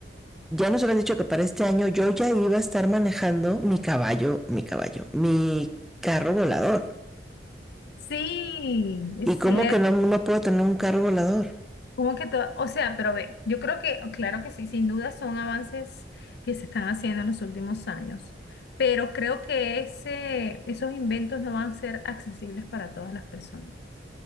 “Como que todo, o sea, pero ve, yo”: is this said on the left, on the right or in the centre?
Left